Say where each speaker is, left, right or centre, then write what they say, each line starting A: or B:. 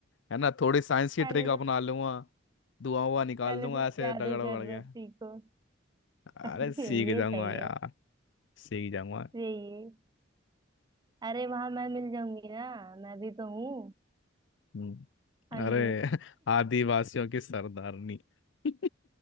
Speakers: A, on the left (about 65°); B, on the right (about 20°).
A: है ना थोड़ी साइंस की
B: पहले
A: ट्रिक अपना
B: तो
A: लूंगा धुआं हुआ निकाल
B: पहले
A: दूंगा
B: तुम
A: ऐसे
B: जादू
A: रगड़ वगड़
B: करना
A: के
B: सीखो
A: अरे
B: <laughs> ये
A: सीख जाऊंगा
B: सही
A: यार
B: है
A: सीख जाऊंगा
B: यही है अरे वहां मैं मिल जाऊंगी ना मैं भी तो हूँ
A: हम्म,
B: अंजलि
A: अरे <laughs> आदिवासियों की सरदारनी <laughs>